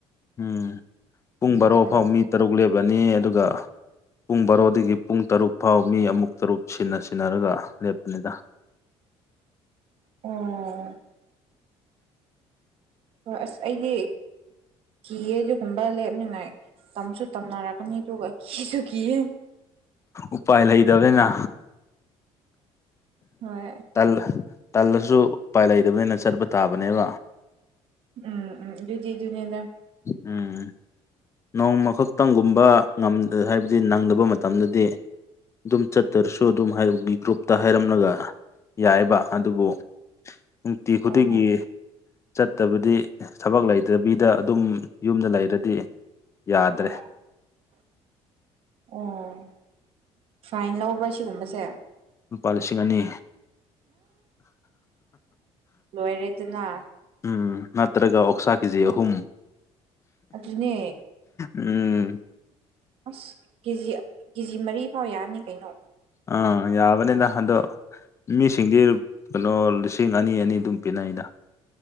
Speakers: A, on the left; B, on the right.
A: ꯎꯝ ꯄꯨꯡ
B: ꯎꯝ
A: ꯕꯥꯔꯣ
B: ꯎꯝ
A: ꯐꯥꯎ ꯃꯤ ꯇꯔꯨꯛ ꯂꯦꯞꯂꯅꯤ ꯑꯗꯨꯒ ꯄꯨꯡ ꯕꯥꯔꯣꯗꯒꯤ ꯄꯨꯡ ꯇꯔꯨꯛ ꯐꯥꯎ ꯃꯤ ꯑꯃꯨꯛ ꯇꯔꯨꯛ ꯁꯤꯟꯅ ꯁꯤꯟꯅꯔꯒ ꯂꯦꯞꯄꯅꯤꯗ
B: ꯑꯣ ꯍꯣꯏ ꯑꯁ ꯑꯩꯗꯤ ꯀꯤꯌꯦ ꯑꯗꯨꯒꯨꯝꯕ ꯂꯦꯞꯅꯤꯉꯥꯏ ꯇꯝꯁꯨ ꯇꯝꯅꯔꯛꯀꯥꯅꯤ ꯑꯗꯨꯒ ꯀꯤꯁꯨ ꯀꯤꯌꯦ
A: ꯎꯄꯥꯏ ꯂꯩꯗꯕꯩꯅ
B: ꯍꯣꯏ
A: ꯇꯜ ꯇꯜꯂꯁꯨ ꯎꯄꯥꯏ ꯂꯩꯇꯕꯅꯤꯅ ꯆꯠꯄ ꯇꯥꯕꯅꯦꯕ
B: ꯎꯝ ꯎꯝ ꯑꯗꯨꯗꯤ ꯑꯗꯨꯅꯤꯗ
A: ꯎꯝ ꯅꯣꯡꯃꯈꯛꯇꯪꯒꯨꯝꯕ ꯉꯝ ꯍꯥꯏꯕꯗꯤ ꯅꯪꯗꯕ ꯃꯇꯝꯗꯗꯤ ꯑꯗꯨꯝ ꯆꯠꯇꯔꯁꯨ ꯑꯗꯨꯝ <unintelligible> ꯒ꯭ꯔꯨꯞꯇꯥ ꯍꯥꯏꯔꯝꯂꯒ ꯌꯥꯏꯕ ꯑꯗꯨꯕꯨ ꯅꯨꯡꯇꯤ ꯈꯨꯗꯤꯡꯒꯤ
B: ꯑꯣ
A: ꯆꯠꯇꯕꯗꯤ ꯊꯕꯛ ꯂꯩꯇꯕꯤꯗ ꯑꯗꯨꯝ ꯌꯨꯝꯗ ꯂꯩꯔꯗꯤ ꯌꯥꯗ꯭ꯔꯦ
B: <inaudible> ꯑꯣ ꯐꯥꯏꯟ ꯂꯧꯕ꯭ꯔꯥ ꯁꯤꯒꯨꯝꯕꯁꯦ
A: ꯂꯨꯄꯥ ꯂꯤꯁꯤꯡ ꯑꯅꯤ
B: ꯂꯣꯏꯔꯦꯗꯅ
A: ꯎꯝ ꯅꯠꯇ꯭ꯔꯥꯒ ꯑꯣꯛꯁꯥ ꯀꯦꯖꯤ ꯑꯍꯨꯝ
B: ꯑꯗꯨꯅꯦ
A: ꯎꯝ
B: ꯑꯁ ꯀꯦꯖꯤ ꯀꯦꯖꯤ ꯃꯔꯤꯐꯥꯎ ꯌꯥꯔꯅꯤ ꯀꯩꯅꯣ
A: ꯑꯥ ꯌꯥꯕꯅꯦꯗ ꯑꯗꯣ ꯃꯤꯁꯤꯡꯗꯤ ꯀꯥꯅꯣ ꯂꯤꯁꯤꯡ ꯑꯅꯤ ꯑꯅꯤ ꯑꯗꯨꯝ ꯄꯤꯅꯩꯗ